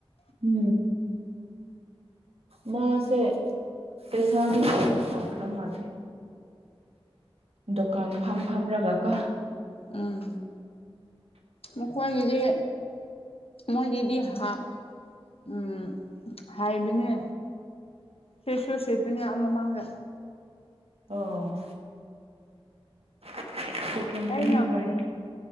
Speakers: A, on the right (about 80°); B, on the left (about 75°).
A: ꯎꯝ ꯃꯥꯁꯦ ꯄꯩꯁꯥꯗꯤ ꯄꯥꯏꯗꯤ ꯄꯥꯏꯈ꯭ꯔꯕ ꯃꯥꯥꯜꯂꯦ ꯗꯨꯀꯥꯟ ꯐꯝ ꯐꯝꯔꯒ ꯀꯣ
B: ꯑꯥ ꯃꯈꯣꯏꯒꯤꯗꯤ ꯃꯣꯏꯒꯤꯗꯤ ꯍ ꯎꯝ ꯍꯥꯏꯕꯅꯦ ꯁꯤꯠꯁꯨ ꯁꯤꯠꯄꯅꯦ ꯑꯥ ꯃꯃꯥꯡꯗ
A: ꯑꯣ <unintelligible>
B: ꯑꯩꯅ
A: ꯍꯣꯏ